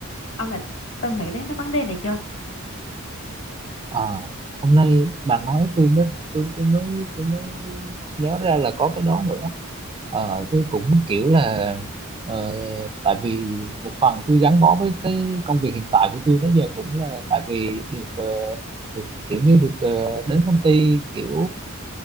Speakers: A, on the left (about 60°); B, on the right (about 25°).
A: Ông đã từng nghĩ đến cái vấn đề này chưa?
B: ờ. hôm nay bà nói tôi mới tôi tôi mới tôi mới nhớ ra là có cái đó nữa Ờ, tôi cũng kiểu là ờ, tại vì một phần tôi gắn bó với cái công việc hiện tại của tôi tới giờ cũng là tại vì được, ờ, được kiểu như được ờ, đến công ty kiểu